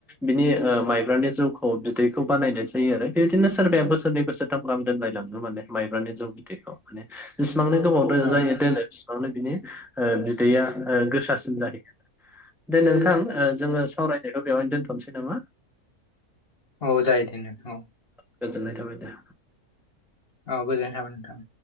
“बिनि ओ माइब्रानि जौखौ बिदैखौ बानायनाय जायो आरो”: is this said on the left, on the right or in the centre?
Centre